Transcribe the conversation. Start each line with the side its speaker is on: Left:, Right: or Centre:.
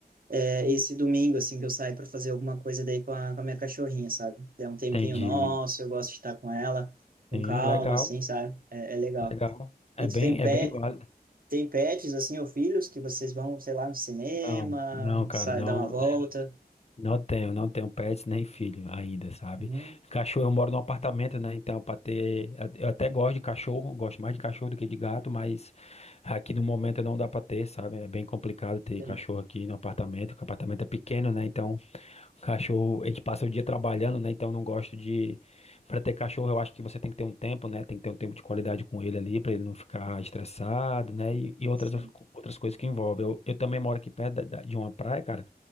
Right: é, esse domingo, assim, que eu saio para fazer alguma coisa daí com a, com a minha cachorrinha, sabe? É um tempinho
Left: entendi.
Right: nosso, eu gosto de estar com ela, com
Left: Sim,
Right: calma,
Left: legal,
Right: assim, sabe? É, é legal.
Left: legal. É
Right: E
Left: bem,
Right: tu tem pé,
Left: é bem válido.
Right: tem pets, assim, ou filhos que vocês vão, sei lá, no cinema,
Left: Não, Não, cara,
Right: sai
Left: não.
Right: dar uma volta?
Left: Não tenho, não tenho pets nem filho ainda, sabe?
Right: Hum,
Left: Cachorro, eu moro num apartamento, né? Então, para ter. Eu até gosto de cachorro, gosto mais de cachorro do que de gato, mas aqui no momento não dá para ter, sabe? É bem complicado ter
Right: tem.
Left: cachorro aqui no apartamento, porque o apartamento é pequeno, né? Então, o cachorro, a gente passa o dia trabalhando, né? Então, não gosto de. Para ter cachorro, eu acho que você tem que ter um tempo, né? Tem que ter um tempo de qualidade com ele ali, para ele não ficar estressado, né? E, e outras,
Right: Sim.
Left: outras coisas que envolvem. Eu, eu também moro aqui perto da- da- de uma praia, cara.